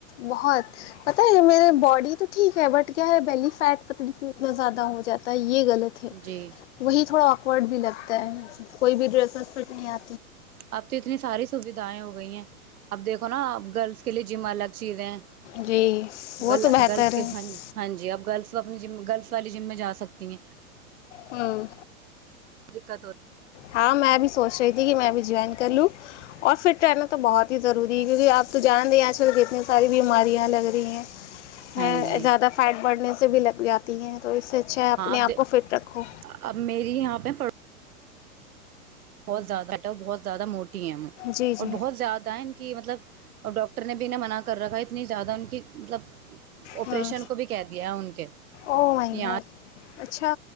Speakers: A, on the left; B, on the right.
A: بہت پت ہے میرے باڈی تو ٹھیک ہے بٹ کیا ہے بیلی فیٹ تکلیف میں اتنا زیادہ ہو جاتا ہے یہ غلط ہے
B: جی
A: وہی تھوڑا آکورڈ بھی لگتا ہے کوئی بھی ڈریس پ نہیںیا
B: اب تو اتنی ساری سوھائیں ہو گئی ہیں اب دیکھو نا گرلس کے لیے جم الگ چیزیں ہیں
A: جی وہ
B: گل
A: تو بہتر ہے
B: ہاں جی اپ گرلس اپنی ج گرلس والی جم میں جا سک سکتی ہیں
A: ہوں
B: دقت ہو رہ
A: ہاں میں بھی سوچ رہی تھی دیکھیے میں ابھی جوائن کر لوں اور فٹ رہنا تو بہت ہی ضروری ہے کیونکہ آپ تو جان رہے ہیں آ چل کتنی ساری بیماریاں لگ رہی ہیں ہے
B: ہاں جی
A: زیادہ فائٹ بڑھنے سے سے بھی لگ جاتی ہیں تو اس سے اچھا اپنے
B: ہاں اب
A: آپ کو فٹ رکھو
B: اب میری یہاں پہ بہت زیادہ بہت زیادہ موٹ ٹی ایم
A: جی
B: اور
A: جی
B: بہت زیادہ ان کی مطلب اور ڈاکٹر نے بھی انیں منع کر رکھا ہے اتنی زیادہ ان کی مطلب آپریشن
A: ہاں
B: کو بھی کہہ دیا ہے ان کے
A: او مائی
B: کہ یہاں
A: گاڈ اچھا